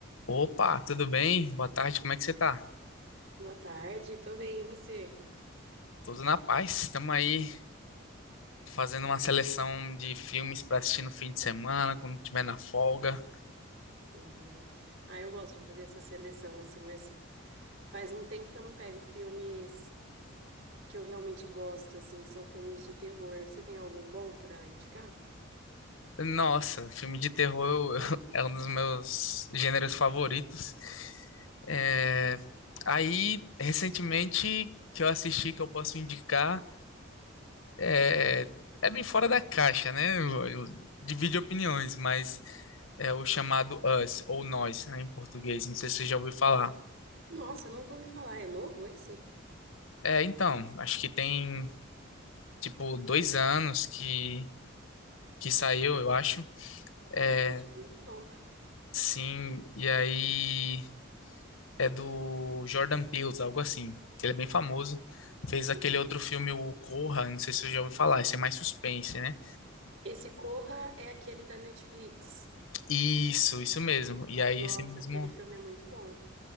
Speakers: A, on the left (about 80°); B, on the right (about 75°).
A: Opa, tudo bem? Boa tarde, como é que você tá?
B: Boa tarde, tô bem, e você?
A: Tudo na paz. Estamos aí fazendo uma seleção de filmes para assistir no fim de semana, quando tiver na folga.
B: Uhum. Ah, eu gosto de fazer essa seleção, assim, mas faz um tempo que eu não pego filmes que eu realmente gosto, assim, que são filmes de terror. Você tem algum bom pra indicar?
A: Nossa, filme de terror eu- <laughs> é um dos meus gêneros favoritos. É, Aí, recentemente, que eu assisti, que eu posso indicar, é, é bem fora da caixa, né? Eu- eu- Divide opiniões, mas é o chamado Us, ou Nós, né, em português. Não sei se você já ouviu falar.
B: Nossa, nunca ouvi falar. É novo esse?
A: É, então, acho que tem, tipo, dois anos que, que saiu, eu acho.
B: Ah,
A: É,
B: é relativamente novo.
A: sim, e aí é do Jordan Peele, algo assim. Ele é bem famoso. Fez aquele
B: Uhum.
A: outro filme, o Corra, não sei se você já ouviu falar, esse é mais suspense, né?
B: Esse Corra é aquele da Netflix.
A: Isso, isso mesmo. E aí
B: Nossa,
A: esse mesmo,
B: aquele filme é muito bom.